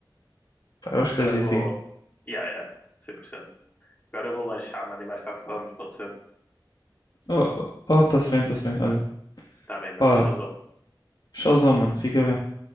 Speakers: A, on the left; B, on the left.
A: Pá, eu acho
B: Agora
A: que dá jeitinho.
B: vou. Yeah, yeah, cem por cento Agora eu vou lanchar, mano, e mais tarde falamos, pode ser?
A: Oh, oh, oh, tá-se bem, tá-se bem, olha.
B: Tá bem, mano,
A: Pá,
B: tchauzão.
A: Showzão, mano. Fica bem.